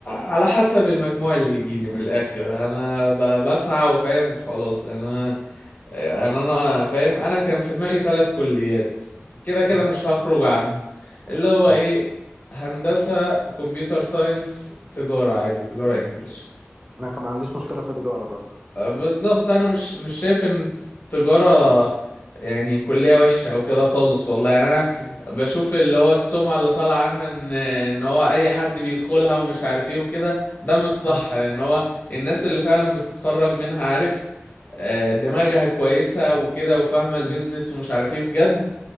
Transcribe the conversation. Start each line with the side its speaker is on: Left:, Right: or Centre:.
Left: على حسب المجموع اللي يجيلي من الاخر انا ب- بسعى
Right: مم.
Left: وفاهم وخلاص يعني انا آه، انا انا آه، فاهم انا كان في دماغي ثلاث كليات كده كده
Right: مم.
Left: مش هخرج عنهم اللي هو
Right: آه.
Left: ايه هندسة كمبيوتر ساينس تجارة عادي تجارة انجليش
Right: أنا كان ما عنديش مشكلة في التجارة برضه
Left: آه، بالظبط انا مش مش شايف ان التجارة يعني كلية وحشة او كده خالص والله يعني انا
Right: مم.
Left: بشوف اللي هو السمعة اللي طالع عنها ان ان هو اي حد بيدخلها ومش عارف ايه وكده ده مش صح
Right: مم.
Left: لان هو الناس اللي فعلا بتتخرج منها عارف آه، دماغها كويسة وكده وفاهمة البيزنس
Right: مم.
Left: ومش عارف ايه بجد